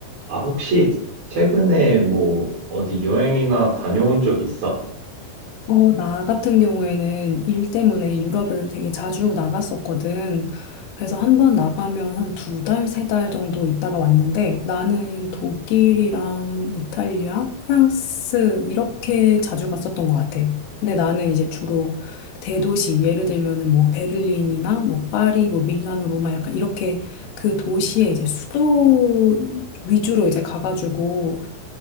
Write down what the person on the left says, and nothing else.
어, 나 같은 경우에는 일 때문에 유럽을 되게 자주 나갔었거든. 그래서 한번 나가면 한 두 달, 세 달 정도 있다가 왔는데 나는 독일이랑 이탈리아, 프랑스 이렇게 자주 갔었던 것 같아. 근데 나는 이제 주로 대도시, 예를 들면은 뭐 베를린이나 뭐 파리, 뭐 밀라노, 로마 약간 이렇게 그 도시의 이제 수도 위주로 이제 가가지고